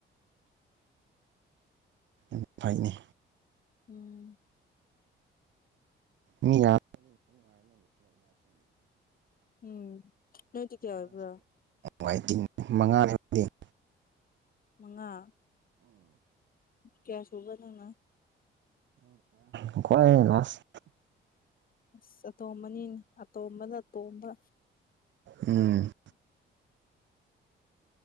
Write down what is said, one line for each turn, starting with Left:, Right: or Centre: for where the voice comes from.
Right: ꯌꯥꯝ ꯊꯅꯤ
Left: ꯎꯝ
Right: ꯃꯤ ꯌꯥ
Left: ꯎꯝ ꯅꯣꯏ ꯇ ꯀꯦ ꯑꯣꯏꯕ꯭ꯔꯥ
Right: ꯃꯥꯏ ꯇꯤꯟꯅꯤ ꯃꯉꯥꯅꯤ ꯑꯃꯗꯤꯗꯤ
Left: ꯃꯉꯥ ꯀꯌꯥ ꯁꯨꯕ ꯅꯪꯅ
Right: ꯀꯋꯥ ꯂꯥꯁ
Left: ꯑꯁ ꯑꯇꯣꯝꯕꯅꯤꯅꯦ ꯑꯇꯣꯝꯕꯅꯇꯣꯝꯕ
Right: ꯎꯝ